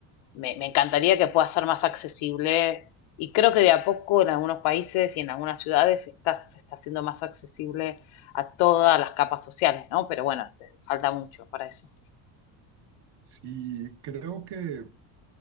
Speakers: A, on the left; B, on the right.
A: me, me encantaría que pueda ser más accesible y creo que de a poco en algunos países y en algunas ciudades está, se está haciendo más accesible a todas las capas sociales, ¿no? Pero bueno, falta mucho para eso.
B: Y creo que